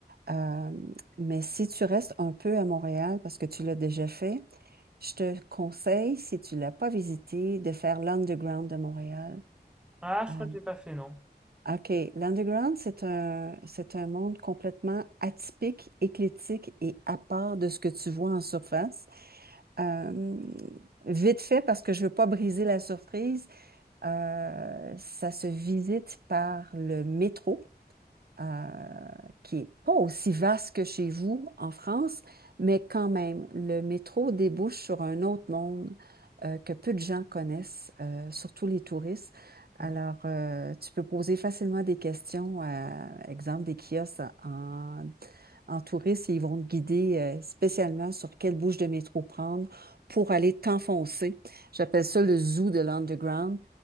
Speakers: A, on the right (about 65°); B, in the centre.
A: Euh, mais si tu restes un peu à Montréal, parce que tu l'as déjà fait, je te conseille, si tu ne l'as pas visité, de faire l'Underground de Montréal.
B: Ah, je
A: Euh,
B: crois que je l'ai pas fait, non.
A: OK. L'underground, c'est un, c'est un monde complètement atypique, éclectique et à part de ce que tu vois en surface. Euh, vite fait, parce que je veux pas briser la surprise, euh, ça se visite par le métro euh, qui est pas aussi vaste que chez vous en France, mais quand même, le métro débouche sur un autre monde euh, que peu de gens connaissent, euh, surtout les touristes.
B: Ok.
A: Alors, euh, tu peux poser facilement des questions à, exemple, des kiosques en, en touristes et ils vont te guider euh, spécialement sur quelle bouche de métro prendre pour aller t'enfoncer. J'appelle ça le zoo de l'underground.